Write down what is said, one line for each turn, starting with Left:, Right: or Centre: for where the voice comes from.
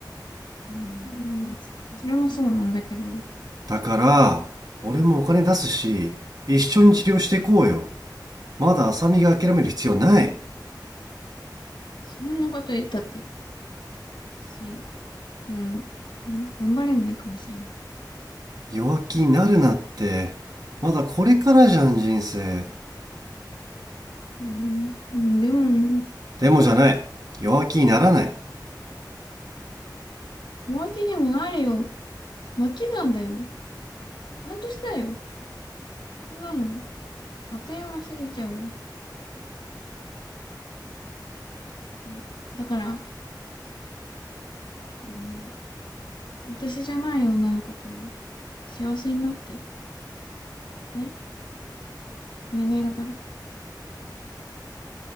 Left: うん、それもそうなんだけど、
Right: だから俺もお金出すし一緒に治療していこうよまだ浅見が諦める必要ない
Left: そんなこと言ったって、私、もう、うん頑張れないかもしれない。
Right: 弱気になるなってまだこれからじゃん人生
Left: うん、うんでも、
Right: でもじゃない弱気にならない
Left: 浮気にもなるよ。末期がんだよ。半年だよ。そんなの、あっという間過ぎちゃうよ。うんだから、うん、私じゃない女の子と幸せになって、ね。お願いだから。